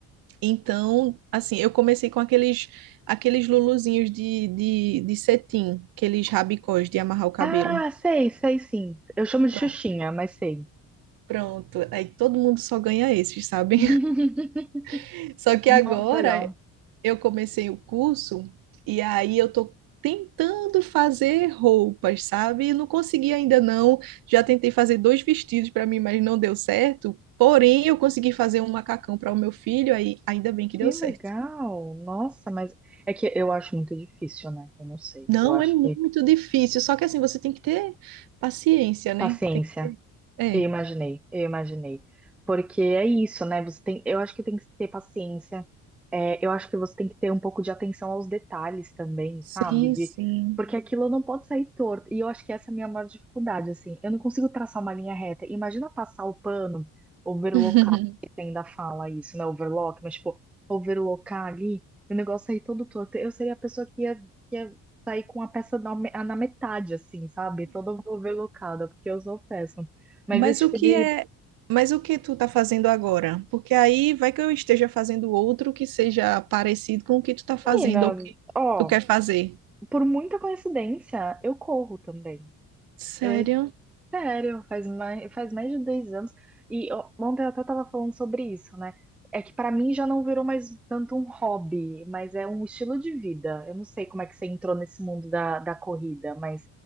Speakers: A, on the right (about 55°); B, in the centre.
A: Então, assim, eu comecei com aqueles aqueles luluzinhos de, de, de cetim, aqueles rabicós de amarrar o cabelo.
B: Ah, sei, sei sim. Eu chamo de
A: Pronto.
B: Xuxinha, mas sei.
A: Pronto, aí todo mundo só ganha esses, sabe?
B: <laughs>
A: <laughs> Só que
B: Nossa,
A: agora
B: que legal.
A: eu comecei o curso e aí eu tô tentando fazer roupas, sabe? Não consegui ainda não. Já tentei fazer dois vestidos para mim, mas não deu certo. Porém, eu consegui fazer um macacão para o meu filho, aí ainda bem que
B: Que
A: deu certo.
B: legal. Nossa, mas é que eu acho muito difícil, né? Eu não sei.
A: Não,
B: Eu acho
A: é muito
B: que
A: difícil, só que assim você tem que ter paciência, né?
B: paciência.
A: Tem que ter. É.
B: Eu imaginei, eu imaginei. Porque é isso, né? Você tem, eu acho que tem que ter paciência. É, eu acho que você tem que ter um pouco de atenção aos detalhes também,
A: Sim,
B: sabe? De,
A: sim.
B: porque aquilo não pode sair torto. E eu acho que essa é a minha maior dificuldade, assim. Eu não consigo traçar uma linha reta. Imagina passar o pano, overlocar,
A: <laughs>
B: que você ainda fala isso, né? Overlock, mas tipo, overlocar ali, e o negócio sair todo torto. Eu seria a pessoa que ia, que ia sair com a peça na, me- na metade, assim, sabe? Toda overlocada, porque eu sou péssima. Mas
A: Mas
B: esse
A: o
B: tipo
A: que
B: de
A: é, mas o que tu tá fazendo agora? Porque aí vai que eu esteja fazendo outro que seja parecido com o que tu tá fazendo
B: menina,
A: ou que
B: ó,
A: tu quer fazer.
B: por muita coincidência, eu corro também.
A: Sério?
B: Eu, é sério, faz mais, faz mais de dois anos. E ó, ontem eu até tava falando sobre isso, né? É que pra mim já não virou mais tanto um hobby, mas é um estilo de vida. Eu não sei como é que você entrou nesse mundo da, da corrida, mas